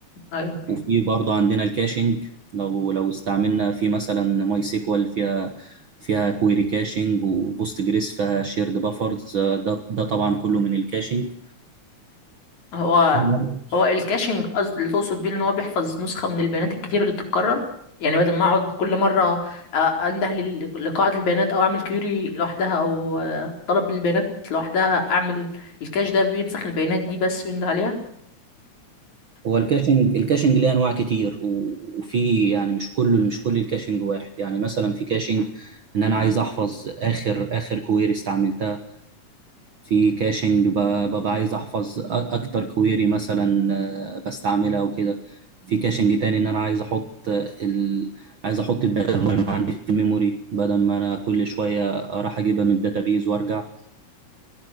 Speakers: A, on the left (about 75°); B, on the right (about 50°).
A: أيوه أيوه
B: وفي برضه عندنا الكاشنج لو لو استعملنا في مثلا ماي سيكوال فيها فيها كويري كاشنج وبوست جريس فيها شيرد بافرز ده ده طبعا كله من الكاشنج
A: هو
B: هو
A: هو الكاشنج قصد اللي تقصد بيه ان هو بيحفظ نسخه من البيانات الكتير اللي بتتكرر يعني بدل ما اقعد كل مره آه، انده لل- لقاعده البيانات او اعمل كيوري لوحدها او آه، طلب للبيانات لوحدها اعمل الكاش ده بينسخ البيانات دي بس ويند عليها
B: هو الكاشنج الكاشنج ليه انواع كتير و- وفي يعني مش كله مش كل الكاشنج واحد يعني مثلا في كاشنج ان انا عايز احفظ اخر اخر كويري استعملتها في كاشنج ب- ببقى عايز احفظ أ- اكتر كويري مثلا آه، بستعملها وكده في كاشنج تاني ان انا عايز احط آه، ال... عايز احط الداتا المهمه عندي في الميموري بدل ما انا كل شويه راح اجيبها من الداتابيز وارجع